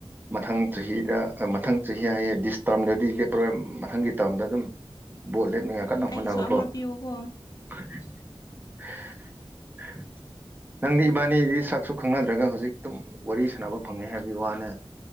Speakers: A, on the right; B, on the left.
A: ꯃꯊꯪ ꯆꯍꯤꯗ ꯃꯊꯪ ꯆꯍꯤ ꯍꯥꯏꯌꯦ ꯗꯤꯁ ꯇꯥꯔꯝꯗꯗꯤ ꯂꯦꯞꯄꯔꯣꯏ ꯃꯊꯪꯒꯤ ꯇꯥꯔꯝꯗ ꯑꯗꯨꯝ ꯚꯣꯠ ꯂꯦꯝꯅꯤꯡꯉꯥꯏ ꯀꯟꯅ
B: ꯑꯩꯒꯤꯁꯨ
A: ꯍꯣꯠꯅꯕꯀꯣ
B: ꯑꯃ ꯄꯤꯌꯣꯀꯣ
A: <inaudible> ꯅꯪꯗꯤ ꯏꯕꯥꯅꯤꯗꯤ ꯁꯛꯁꯨ ꯈꯪꯅꯗ꯭ꯔꯒ ꯍꯧꯖꯤꯛ ꯇꯨꯝ ꯋꯥꯔꯤ ꯁꯥꯟꯅꯕ ꯐꯪꯉꯦ ꯍꯥꯏꯕꯒꯤ ꯋꯥꯅꯦ